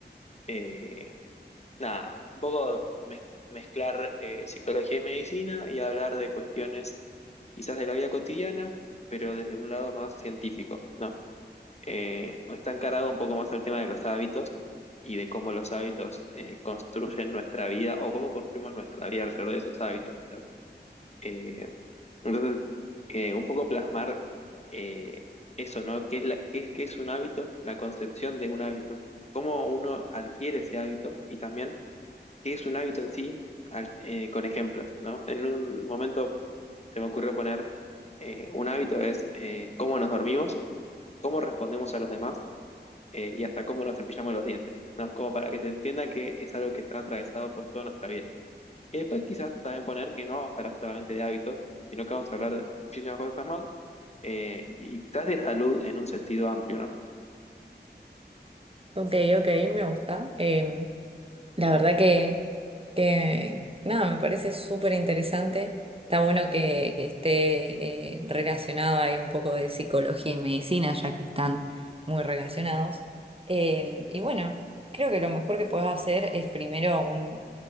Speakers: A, on the left; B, on the right.
A: Eh, nada, un poco mez- mezclar eh, psicología y medicina y hablar de cuestiones quizás de la vida cotidiana, pero desde un lado más científico, ¿no? Eh, está encarado un poco más al tema de los hábitos y de cómo los hábitos eh, construyen nuestra vida o cómo construimos nuestra vida alrededor de esos hábitos, quizás. Eh, entonces, eh, un poco plasmar eh, eso, ¿no? ¿Qué es, la, qué es, qué es un hábito? La concepción de un hábito, cómo uno adquiere ese hábito y también qué es un hábito en sí al- eh, con ejemplos, ¿no? En un momento se me ocurrió poner eh, un hábito es eh, cómo nos dormimos, cómo respondemos a los demás eh, y hasta cómo nos cepillamos los dientes, ¿no? Como para que se entienda que es algo que está atravesado por toda nuestra vida. Y después quizás también poner que no vamos a hablar solamente de hábitos, sino que vamos a hablar de muchísimas cosas más eh, y, y quizás de salud en un sentido amplio, ¿no?
B: Ok, ok, me gusta. Em, la verdad que, que nada, me parece súper interesante. Está bueno que, que esté eh, relacionado ahí un poco de psicología y medicina, ya que están muy relacionados. Eh, y bueno, creo que lo mejor que puedes hacer es primero un,